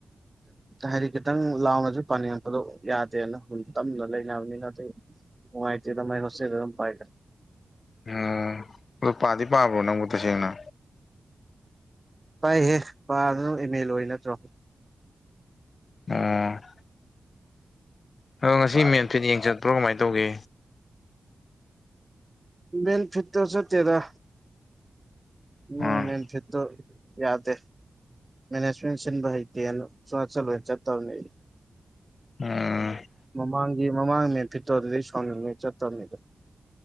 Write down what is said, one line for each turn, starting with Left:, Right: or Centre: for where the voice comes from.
Right: ꯍꯥꯏꯗꯤ ꯈꯤꯇꯪ ꯂꯥꯎꯅꯖꯨ ꯄꯥꯅꯤꯡꯉꯛꯄꯗꯣ ꯌꯥꯗꯦꯅ ꯇꯞꯅ ꯂꯩꯅꯕꯅꯤꯅ ꯑꯇꯩ ꯅꯨꯡꯉꯥꯏꯇꯦꯗ ꯃꯥꯏ ꯍꯣꯁꯇꯦꯜꯗ ꯑꯗꯨꯝ ꯄꯥꯏꯗ
Left: ꯎꯝ ꯑꯗꯨ ꯄꯥꯗꯤ ꯄꯥꯕ꯭ꯔꯣ ꯅꯪꯕꯨ ꯇꯁꯦꯡꯅ
Right: ꯄꯥꯏꯍꯦ ꯄꯥꯗꯅꯕꯨ ꯑꯦꯃꯦ ꯂꯣꯏꯔꯤ ꯅꯠꯇ꯭ꯔꯣ
Left: ꯎꯝ ꯑꯗꯣ ꯉꯁꯤ
Right: ꯄꯥꯏ
Left: ꯃꯦꯟ ꯐꯤꯠ ꯌꯦꯡ ꯆꯠꯄ꯭ꯔꯣ ꯀꯃꯥꯏ ꯇꯧꯒꯦ
Right: ꯃꯦꯟ ꯐꯤꯠꯀꯥ ꯆꯠꯇꯦꯗ ꯃꯣꯏ
Left: ꯎꯝ
Right: ꯃꯦꯟ ꯐꯤꯠꯇꯣ ꯌꯥꯗꯦ ꯃꯦꯅꯦꯖꯃꯦꯟ ꯁꯤꯟꯕ ꯍꯩꯇꯦꯅ ꯆꯠ ꯆꯠꯂꯣꯏꯅ ꯆꯠꯇꯕꯅꯤ ꯑꯩ
Left: ꯎꯝ
Right: ꯃꯃꯥꯡꯒꯤ ꯃꯃꯥꯡ ꯃꯦꯟ ꯐꯤꯠꯇꯣ ꯑꯗꯨꯗꯩ ꯁꯥꯎꯅꯤꯡꯗꯅ ꯆꯠꯇꯕꯅꯤꯗ